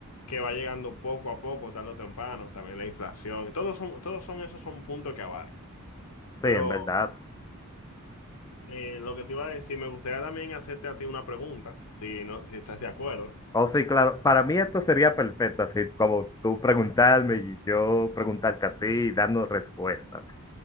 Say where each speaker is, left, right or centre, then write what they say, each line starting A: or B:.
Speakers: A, on the left; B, on the left.
A: que va llegando poco a poco, tarde o temprano, también la inflación. y Todos son, todos son esos son puntos que abarcan. Pero
B: Sí, en verdad.
A: eh, lo que te iba a decir, me gustaría también hacerte a ti una pregunta, si no, si estás de acuerdo.
B: Oh, sí, claro. Para mí esto sería perfecto, así como tú preguntarme y yo preguntarte a ti y darnos respuestas.